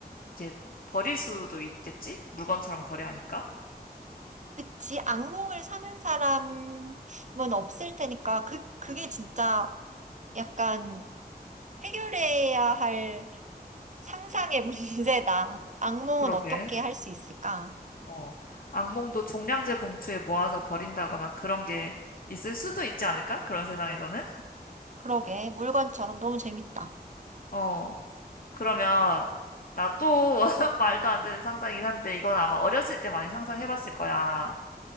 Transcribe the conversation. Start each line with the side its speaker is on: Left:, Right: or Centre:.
Left: 이렇게 버릴 수도 있겠지? 물건처럼 거래하니까.
Right: 그치, 악몽을 사는 사람은 없을 테니까, 그, 그게 진짜 약간 해결해야 할 상상의 <laughs> 문제다. 악몽은
Left: 그러게.
Right: 어떻게 할 수 있을까?
Left: 어, 악몽도 종량제 봉투에 모아서 버린다거나 그런 게 있을 수도 있지 않을까? 그런 세상에서는?
Right: 그러게, 물건처럼 너무 재밌다.
Left: 어, 그러면 나 또 <laughs> 말도 안 되는 상상이긴 한데 이건 아마 어렸을 때 많이 상상해봤을 거야.